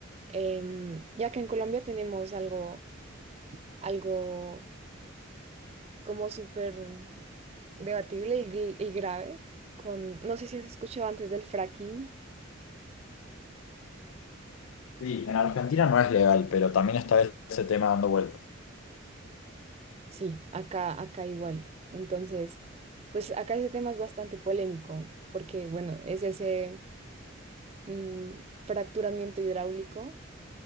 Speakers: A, on the right; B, on the left.
A: Em, ya que en Colombia tenemos algo, algo como súper debatible y, gl- y grave con, no sé si has escuchado antes del fracking.
B: Sí, en Argentina no es legal, pero también está ese tema dando vueltas.
A: Sí, acá, acá igual. Entonces, pues acá ese tema es bastante polémico, porque bueno, es ese mm, fracturamiento hidráulico.